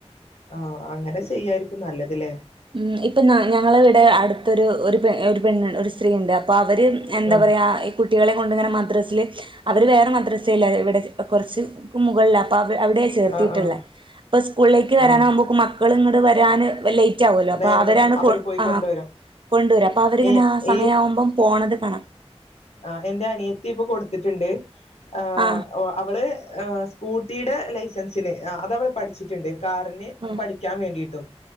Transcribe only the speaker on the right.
ഉം ഇപ്പം നാ ഞങ്ങളവടെ അട്ത്തൊരു ഒരു പെണ് ഒരു പെണ്ണ് ഒര് സ്ത്രീയിണ്ട് അപ്പൊ അവര് എന്താ
പറയാ ഈ കുട്ടിക്കളിം കൊണ്ട്ങ്ങനെ മദ്രസ്സ്ല് അവര് വേറെ മദ്രസ്സേല്ലാ ഇവടെച്ച് ഒ കൊറ്ച്ച്ക്കും മുകള്ലാ അപ്പൊ അവി അവടേച്ച് ചേർത്തീട്ട്ള്ളെ
അപ്പ സ്കൂള്ലേക്ക് വരാനാവുമ്പോക്കും
മക്കള് ഇങ്ങട്ട് വരാന് വെ ലൈ റ്റാവല്ലോ അപ്പൊ
അവരാണ്
കൊ
ആഹ്
കൊണ്ട് വരാ അപ്പ അവര്ങ്ങനെ
ആ സമയാവുമ്പം
പോണത് കാണാ
ആ
ആ ആ